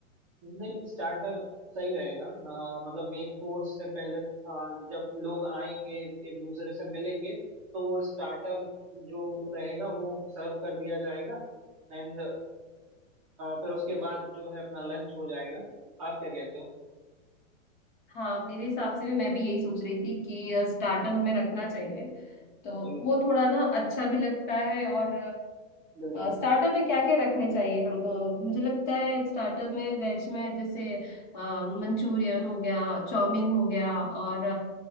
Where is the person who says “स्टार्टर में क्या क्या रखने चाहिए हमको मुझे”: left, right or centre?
Left